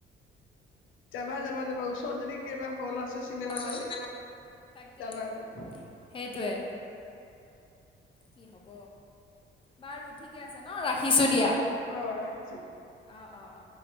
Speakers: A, on the left; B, on the left.
A: যাবা যাবা যাবা ওচৰত যদি কেইবা হ'ল আছে। চিনেমা
B: চ
A: হল
B: তাকে
A: যাবা যাবা
B: সেইটোৱে। কি হব বাৰু ঠিকে আছে ন ৰাখিছো দিয়া।
A: আহ ৰাখিছো দ
B: অ' অ' অ'।